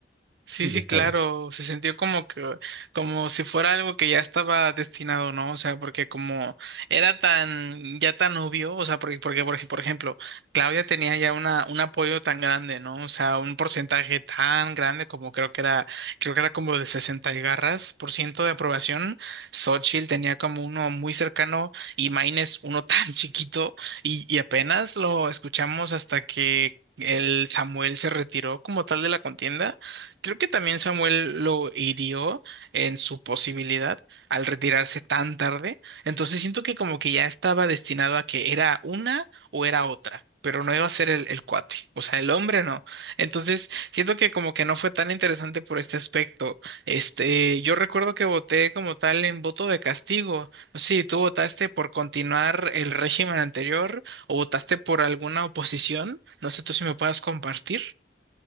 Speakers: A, on the right; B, on the right.
A: Sí,
B: sí,
A: sí,
B: ya estaba.
A: claro, se sintió como que, como si fuera algo que ya estaba destinado, ¿no? O sea, porque como era tan, ya tan obvio, o sea, porque, porque por ej- por ejemplo, Claudia tenía ya una, un apoyo tan grande, ¿no? O sea, un porcentaje tan grande como creo que era, creo que era como de 60 y garras por ciento de aprobación. Xochitl tenía como uno muy cercano y Maines uno <laughs> tan chiquito y, y apenas lo escuchamos hasta que el Samuel se retiró como tal de la contienda Creo que también Samuel lo hirió en su posibilidad al retirarse tan tarde. Entonces siento que como que ya estaba destinado a que era una o era otra, pero no iba a ser el, el cuate, o sea, el hombre no. Entonces siento que como que no fue tan interesante por este aspecto. Este, yo recuerdo que voté como tal en voto de castigo. No sé si tú votaste por continuar el régimen anterior o votaste por alguna oposición. No sé tú si me puedas compartir.